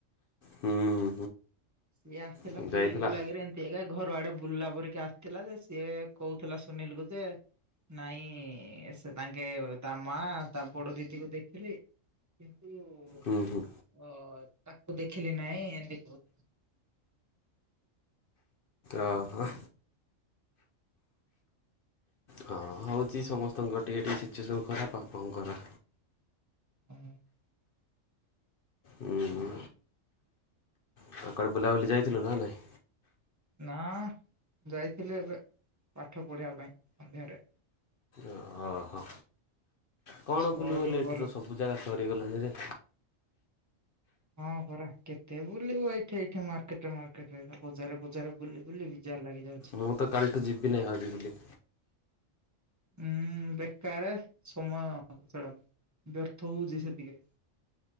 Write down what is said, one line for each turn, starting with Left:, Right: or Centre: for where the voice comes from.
Left: ହୁଁ
Right: ସିଏ ଆସିଥିଲା
Left: ହୁଁ
Right: ବୁଲି
Left: ଯାଇଥିଲା
Right: ବୁଲାଗରେ ଏ ସେ ଏକା ଘର ଆଡେ ବୁଲିଲା ପରିକା ଆସିଥିଲା ଯେ ସିଏ କହୁଥିଲା ସୁନୀଲ କୁ ଯେ ନାଇଁ ସେ ତାଙ୍କେ ତା ମା ତା ବଡ ଦିଦିକୁ ଦେଖିଲି କିନ୍ତୁ
Left: ହୁଁ ହୁଁ।
Right: ଓ ତାକୁ ଦେଖିଲି ନାଇଁ ଏମତି କହୁ
Left: ଓହୋ। ହଁ ହଉଛି ସମସ୍ତଙ୍କର ଟିକେ ଟିକେ ସିଚୁଏସନ୍ ଖରାପ ଆପଣଙ୍କର।
Right: ହୁଁ।
Left: ହୁଁ ହୁଁ। ଆ କୁଆଡଡେ ବୁଲାବୁଲି ଯାଇଥିଲୁ ନା ନାଇଁ?
Right: ନା ଯାଇଥିଲି ଏବେ ପାଠ ପଢିବା ପାଇଁ ସନ୍ଧ୍ୟାରେ।
Left: ଓ ଓହୋ କଣ
Right: ଛଅରୁ
Left: ବୁଲିବୁ ବୋଲି ଏଇଠି
Right: ଗଲ
Left: ତ ସବୁ ଜାଗା ସରିଗଲାଣି ରେ।
Right: ହଁ ପରା କେତେ ବୁଲିବ ଏଇଠ ଏଇଠି ମାର୍କେଟ ମାର୍କେଟରେ ବଜାରେ ବଜାରେ ବୁଲି ବୁଲି ବିଜାର ଲାଗି ଯାଉଛି।
Left: ମୁଁ ତ କାଲିଠୁ ଯିବିନିଁ ଭାବିଥିଲି।
Right: ଉୁଁ ବେକାର ସମୟ ସେଟା ବ୍ୟର୍ଥ ହଉଛି ସେତିକିରେ।